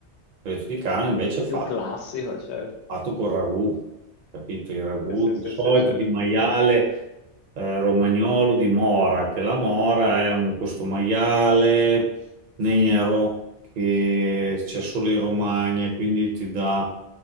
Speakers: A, on the right (about 55°); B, on the left (about 70°).
A: cappelletto di carne invece fatto
B: Più classico, certo.
A: fatto col ragù, capito? Il ragù
B: Sì, sì,
A: di
B: sì,
A: solito
B: sì, sì.
A: di maiale eh, romagnolo di mora, che la mora è un, questo maiale nero che c'è solo in Romagna, e quindi ti dà